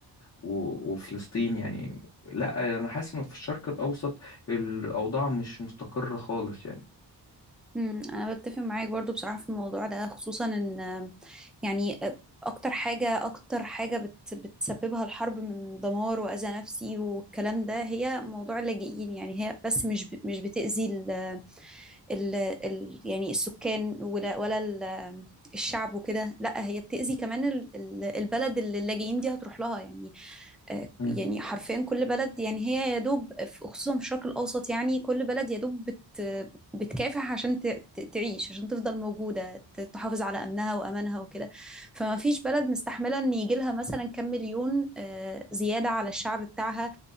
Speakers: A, on the left; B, in the centre.
A: و- وفلسطين يعني لا انا حاسس انه في الشرق الاوسط الاوضاع مش مستقره خالص يعني
B: امم انا بتفق معاك برضو بصراحة في الموضوع ده خصوصا ان آم، يعني آه، اكتر حاجة اكتر حاجة بت بتسببها الحرب من دمار واذى نفسي والكلام ده هي موضوع اللاجئين يعني هي بس مش ب- مش بتأذي ال ال ال يعني السكان ولا ولا ال- الشعب وكده لا هي بتأذي كمان ال- ال- البلد اللي اللاجئين دي هتروح لها يعني آه،
A: امم
B: يعني حرفيا كل بلد يعني هي يا دوب في- خصوصا في الشرق الأوسط يعني كل بلد يا دوب بت بتكافح عشان ت- ت- تعيش عشان تفضل موجودة ت- تحافظ على أمنها وأمانها وكده فما فيش بلد مستحملة إن يجي لها مثلا كم مليون آه، زيادة على الشعب بتاعها